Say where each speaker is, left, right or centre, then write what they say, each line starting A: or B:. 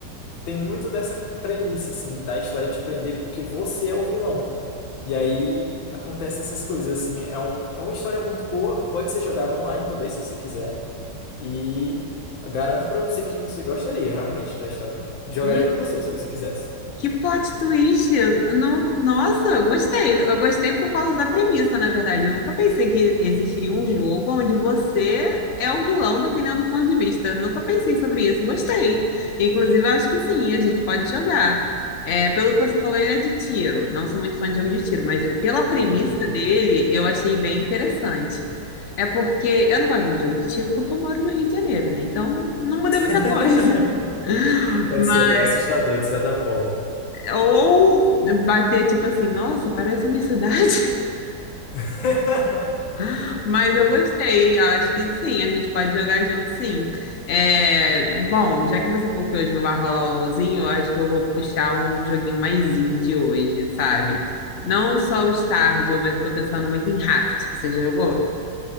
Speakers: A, on the left; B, on the left.
A: tem muito dessa premissa assim da história te prender porque você é o vilão. E aí acontece essas coisas assim, é, um, é uma história muito boa, pode ser jogada online também se você quiser. E garanto pra você que você gostaria realmente da história. Jogaria
B: gente,
A: com você, se você quisesse.
B: Que plot twist! Eu Não, nossa, eu gostei. Eu gostei por causa da premissa, na verdade. Eu nunca pensei que existiria um jogo onde você é o vilão, dependendo do ponto de vista. Eu nunca pensei sobre isso. Gostei. Inclusive, eu acho que sim, a gente pode jogar. É, pelo que você falou, ele é de tiro. Não sou muito fã de jogo de tiro, mas pela premissa
A: Ah.
B: dele, eu achei bem interessante. É porque eu não gosto muito de jogo de tiro porque eu moro no Rio de Janeiro, né? Então não muda
A: <laughs>
B: muita coisa. <laughs>
A: Pode
B: Mas
A: ser até assustador, de certa forma.
B: ou bater tipo assim, nossa, parece a minha cidade.
A: <laughs>
B: <laughs> Mas eu gostei, acho que sim, a gente pode jogar junto, sim. É, bom, já que você falou que hoje não vai rolar o LOLzinho, eu acho que eu vou puxar um joguinho mais indie hoje, sabe? Não só o Stardew, mas eu tô pensando muito em Raft. Você já jogou?